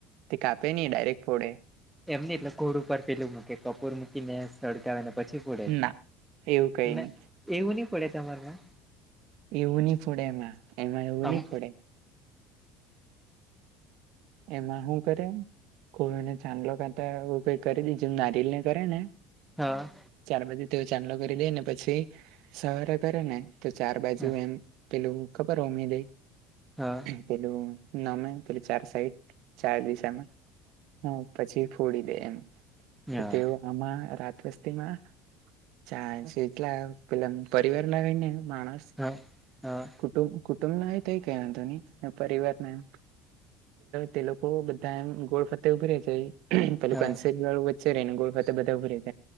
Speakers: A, on the right; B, in the centre.
A: તે કાપે નહી ડાયરેક્ટ ફોડે.
B: એમ એટલે ઘોડ ઉપર ફેલું મૂકે કપૂર મૂકી ને તડક ને પછી પડે
A: ના એવું કઈ
B: ના,
A: નહી
B: એવું નહી પડે તમાર માં?
A: એવું નહ ફડે એમાં એમાં એવું
B: આમ
A: નહ ફડે. એમાં શું કરે કોઈને ચાંદલો કાતા એું કઈ કરી દી જે નારિલ ને કરે ને
B: હા.
A: ચાર બાજુ તેઓ ચાંદલો કરી દે ને પછી સવારે કરે ને તો ચાર બાજુ
B: હા
A: એમ પલુ ક રોમિ લ
B: હા
A: પલુ નામે પલ ચાર સઈટ ચાર દિશમાં હા પછી ફોડી દે એમ
B: હા
A: તેઓ આમાં રાત વસ્તીમાં ચા ચ પ પરીવા માણસ
B: હા હા.
A: કુટું કુટુંબ ના કઈ ના ધોની પરિવારના તે લોકો બધા એમ ગોળ ફતે ઉભી રે જય પેલુ
B: હા
A: કરી વાળું. ને ગોળ ફ બધા ઉભ ર